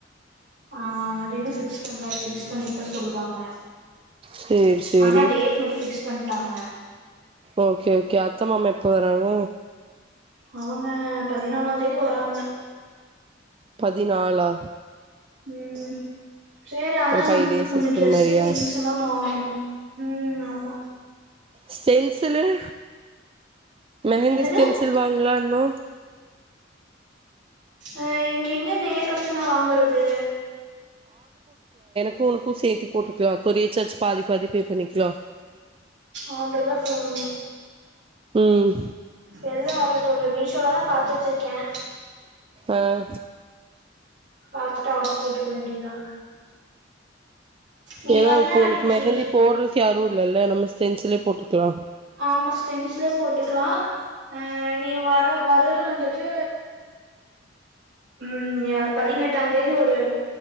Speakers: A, on the right; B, on the right.
A: ஆஹ அப்பிடுனுடு பிக்ஸ் பண்றது பிக்ஸ் பண்ணிட்டு தா சொல்லுவாங்க
B: சேரி சேரி
A: ஆனா டேட் மட்டு பிக்ஸ் பண்ணிட்டாங்க
B: ஓகே ஓகே அத்த மாமா எப்ப வரறாங்க
A: அவுங்க பதினாலா தேதி வராங்க
B: பதினாலா
A: ம் சேரி அதா
B: ஒரு ஃபைவ்
A: நா
B: டேஸ்
A: இப்பு
B: இருக்கிற
A: ட்ரெஸு
B: மாரியா
A: திங்ஸ் எல்லா வாங்கணு உம் ஆமா
B: ஸ்டென்சிலர் மெஹந்தி
A: என்னது
B: தென்சில் வாங்களானு நோ
A: அ இங்க எங்கே நேர்லப்போய் வாங்குறது
B: போ போ சேத்தி போட்டுக்கலாம் கொறியர் சார்ஜ் பாதி பாதி பே பண்ணிக்கலாம்
A: அவுடதா பொண்ணு
B: ம்
A: என்தா அப்ப போண்ற மீஷோட தா பாத்து <unintelligible> ச்ச இருக்கேன்
B: ஆஹ
A: பாத்துட்டு ஆர்டு போட்டுக்க வேண்டியதா நீ
B: ஏதா
A: வந்து
B: இப்ப
A: அன்னைக்கு
B: உமக்கு மெஹந்தி போறது யாரு ல்ல நம்ம ஸ்டென்சிலே போட்டுக்கலா
A: ஆமா ஸ்டெண்டஸ்ல போட்டுக்கலா அஹ நீ வர வரற வந்துட்டு ம் அ படி பதினெட்டா தேதி ஒரு